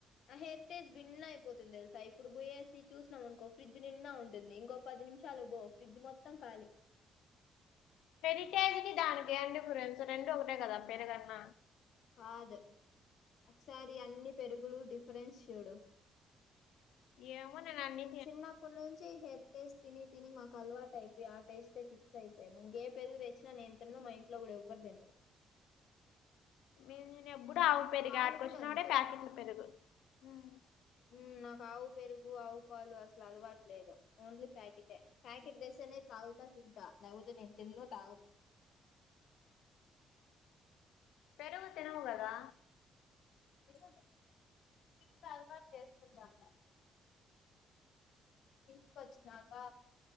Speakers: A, on the left; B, on the left.
A: ఆ హెర్టేజ్ భిన్న అయిపోత్ తుంది తెలుసా ఇప్పుడు పోయేసి చూసినాం అనుకో ఫ్రిడ్జ్ నిండా ఉంటుంది ఇంకో పది నిమిషాలు బో ఫ్రిడ్జ్ మొత్తం ఖాలీ
B: హెరిటేజ్ కి దానికి ఏం డిఫరెన్స్ రెండు ఒకటే కదా పేరుగు అన్న
A: కాద ఒకసారి అన్ని పెరుగులు డిఫరెన్స్ చూడు
B: ఏమో నేనన్ని
A: చిన్నప్పుడు నుంచి హెర్ టేస్ట్ తిని తిని మాకు అలవాటు అయిపోయి ఆ టేస్టే ఫిక్స్ అయిపోయి ఇంక ఏ పెరుగు తెచ్చినా నేను తిన్ను మా ఇన్ ట్లో కూడా ఎవరు తిన్రు
B: మీ నేను ఎప్పుడ ఆవు పెరిగి
A: పాలు
B: ఆడిక వచ్చినప్పుడే
A: కూడా అంతే
B: ప్యాకెట్లు పెరుగు ఉం
A: ఉం నాకు ఆవు పెరుగు ఆవు పాలు అసలు అలవాటులేదు ఓన్లీ ప్యాకెటే ప్యాకెట్ తెస్తేనే తాగుతా తింటా లేకపోతే నేన్ తిన్ను తాగు
B: పెరుగు తినవు కదా
A: ఎందంట ఇప్పుడు అలవాటు చేసుకుందంట ఇంటికి వచ్చినాక